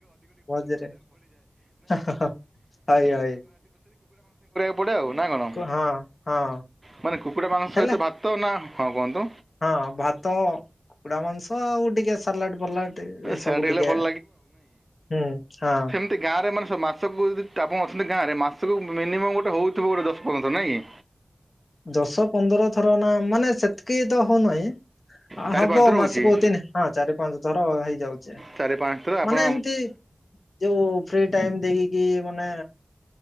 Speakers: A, on the left; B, on the right.
A: ମଝିରେ ହଁ ହଁ ହଇ ହଇ
B: <unintelligible> ପଡେ ଆଉ ନାକଣ
A: କୁ- ହଁ ହଁ
B: ମାନେ କୁକୁଡା ମାଂସ
A: ହେଲେ
B: ସହିତ ଭାତନା ହଁ କୁହନ୍ତୁ।
A: ହଁ ଭାତ କୁକୁଡା ମାଂସ ଆଉ ଟିକେ ସାଲଟ ଫାଲଟ। ଏ ଏସବୁ
B: ସେଟା ହେଲେ
A: ଟିକେ
B: ଭଲ
A: ହୁଁ ହଁ।
B: ଏଠି ଗାଁରେ ମାନେ ମାସକୁ ଯଦି ଆପଣ ଅଛନ୍ତି ଗାଁରେ ମାସକୁ ମିନିମମ ଗୋଟେ ହଉଥିବ ଗୋଟେ ଦଶ ପନ୍ଦର ନାଇଁ କି?
A: ଦଶ ପନ୍ଦର ଥରନା ମାନେ ସେତିକିତ ହଉନାଇଁ। ଆ
B: ଚାରି
A: ହବ
B: ପାଞ୍ଚ ଥର ହେଉଛି
A: ମାସକୁ ତିନି ହଁ ଚାରି ପାଞ୍ଚ ଥର ହ ହେଇ ଯାଉଚେ
B: ଚାରି ପାଞ୍ଚ ଥର ଆପଣ
A: ମାନେ ଏମିତି ଯୋଉ ଫ୍ରି ଟାଇମ ଦେଖିକି ମାନେ